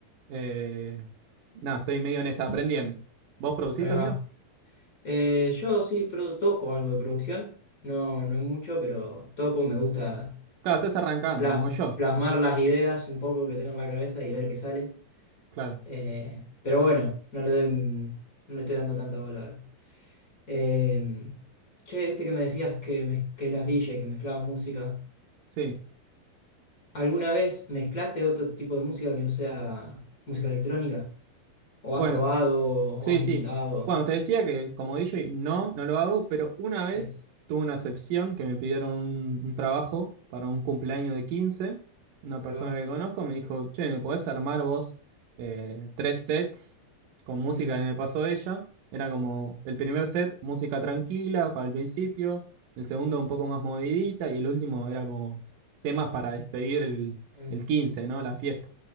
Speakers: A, on the right; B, on the left.
A: Eh, nada, estoy medio en esa, aprendiendo. ¿Vos producís,
B: ahí
A: amigo?
B: va. Eh, yo sí pro- toco algo de producción, no, no mucho, pero toco, me gusta
A: Claro, estás arrancando,
B: plas-
A: como yo.
B: plasmar las ideas un poco que tengo en la cabeza y ver qué sale.
A: Claro,
B: Eh, pero bueno, no le doy, mm, no le estoy dando tanta bola ahora. Eh, che, viste que me decías que, mez- que eras DJ, que mezclabas música.
A: sí.
B: ¿Alguna vez mezclaste otro tipo de música que no sea música electrónica? ¿O
A: Bueno,
B: has probado o
A: Sí,
B: has intentado?
A: sí. Bueno, te decía que como DJ no, no lo hago, pero una vez
B: Sí,
A: tuve una excepción que me pidieron un, un trabajo para un cumpleaños de quince Una
B: ahí
A: persona
B: va.
A: que conozco me dijo, che, ¿me podés armar vos eh, tres sets con música
B: Mm,
A: que me pasó ella? Era como el primer set, música tranquila para el principio, el segundo un poco más movidita y el último era como temas para despedir el,
B: eh.
A: el quince ¿no? La fiesta.